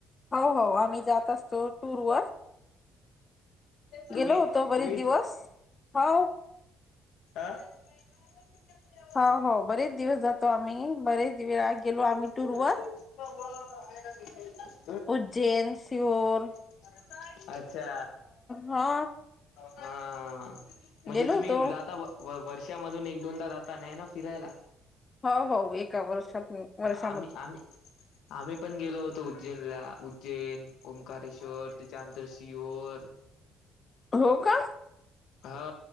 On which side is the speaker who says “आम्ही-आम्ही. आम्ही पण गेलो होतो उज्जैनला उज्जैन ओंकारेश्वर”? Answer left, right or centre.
Left